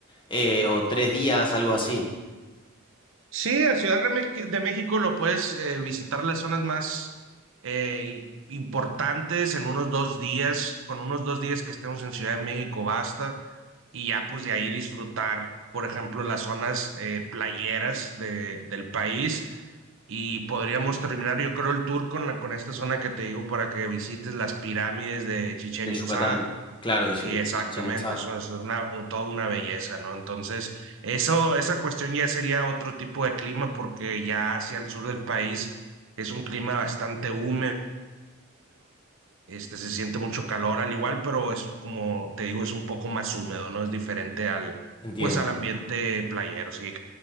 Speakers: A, on the left (about 25°); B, on the right (about 60°).
A: eh, o tres días, algo así,
B: Sí, a Ciudad de Mex- de México lo puedes eh, visitar las zonas más eh, importantes en unos dos días. Con unos dos días que estemos en Ciudad de México basta. Y ya pues de ahí disfrutar, por ejemplo, las zonas eh, playeras de- del país. Y podríamos terminar, yo creo, el tour con, la, con esta zona que te digo para que visites las pirámides de Chichén
A: de
B: Itzá
A: Yucatán. Claro, dice
B: Sí, exactamente,
A: Chichén Itzá.
B: Es una, es una, un- toda una belleza, ¿no? Entonces, eso, esa cuestión ya sería otro tipo de clima, porque ya hacia el sur del país es un clima bastante húmedo, este, se siente mucho calor al igual, pero es como te digo, es un poco más húmedo, ¿no? Es diferente al,
A: Entiendo.
B: pues al ambiente playero, sí,